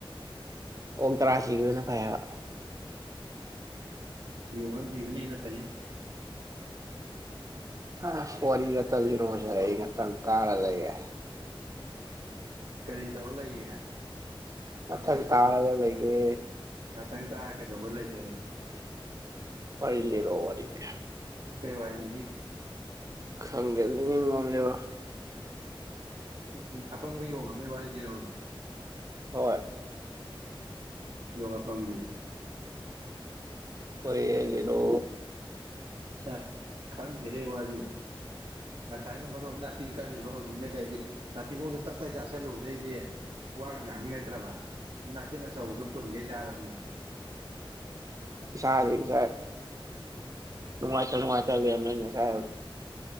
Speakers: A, on the right; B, on the right.
A: ꯑꯣꯛ ꯇꯔꯥꯁꯤꯒꯤ ꯑꯣꯏꯅ ꯐꯩꯕ
B: ꯌꯣꯒꯥ ꯍꯕꯅꯦꯅ ꯄꯥꯏꯦ
A: ꯑ ꯐꯣꯔꯤꯔ ꯔꯣꯖ ꯀꯪ ꯀꯥꯔ ꯂꯩꯒ
B: ꯀꯔꯤ ꯇꯧ ꯂꯩꯏ
A: ꯑ ꯇꯥꯔꯥꯒ ꯂꯩꯒꯦ
B: ꯉꯪ ꯀꯩꯗꯕꯂ ꯂꯩꯗ
A: ꯐ ꯂꯩ ꯔꯣ ꯋꯥꯔꯤꯗꯤ
B: ꯨ ꯀꯩ ꯋꯥꯏꯗ
A: ꯈꯪꯗꯗꯤꯅꯤ ꯉꯝꯖ
B: ꯎꯝ ꯎꯝ ꯑꯄꯪꯕ ꯌꯣꯡꯉ ꯑꯃꯒꯤ ꯋꯥꯔꯤ ꯔꯥꯎꯅ
A: ꯍꯣꯏ
B: ꯧ ꯄꯥꯡꯕꯤ
A: ꯀꯣꯏ ꯂꯣ
B: ꯑ ꯈꯪꯗꯦꯍꯦ ꯋꯥꯔꯤ ꯉꯁꯥꯏꯅ ꯃꯔꯨꯞ ꯅꯥꯆꯤꯟ ꯀꯜꯂꯤꯕ ꯍꯧꯖꯤꯛꯅ ꯀꯔꯤ ꯅꯥꯊꯤꯕꯣꯡꯗꯣ ꯇꯞꯇꯥꯏ ꯆꯥꯁꯤꯜꯂꯨꯗꯩꯗꯤ ꯋꯥꯒ ꯉꯥꯡꯅꯤꯉꯛꯇ꯭ꯔꯕ ꯅꯁꯤ ꯅ ꯆꯥꯎ ꯑꯗꯨ ꯄꯨꯟꯒꯦ ꯆꯔꯅꯤꯅ
A: ꯁꯥꯔ ꯁꯥ ꯋꯥ ꯆꯅꯨꯡ ꯋꯥ ꯆ ꯃꯅꯦ ꯁꯥ